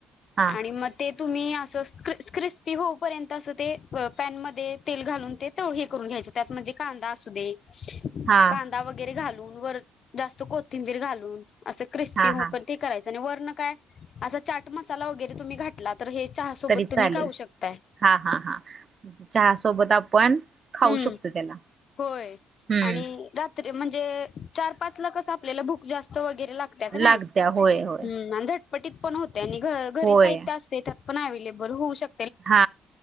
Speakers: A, on the right; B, on the left.
A: हा
B: आणि मग ते तुम्ही असं स्क्री क्रिस्पी होऊपर्यंत असं ते पॅन मध्ये तेल घालून ते तोव हे करून घ्यायचे त्यातमध्ये कांदा असू दे
A: हा
B: कांदा वगैरे घालून वर जास्त कोथिंबीर घालून असे क्रिस्पी
A: हा
B: व
A: हा
B: पण ते करायच आणि वरणं काय असा चाट मसाला वगैरे तुम्ही घातला तर हे चहा सोबत
A: तरी चालेल
B: तुम्ही खाऊ शकताय
A: हा हा हा. जे चहा सोबत आपण खाऊ
B: हम्म
A: शकतो त्याला.
B: होय
A: हम्म
B: आणि रात्री म्हणजे चार पाच ला कसं आपल्याला भूक जास्त वगैरे लाग त्या की नाय
A: लागत्या होय होय
B: हम्म अंधट प <unintelligible> ति पण होते आणि घ घरी
A: होय
B: साहित्य असते त्यात पण अव्लेबल होऊ शक
A: हा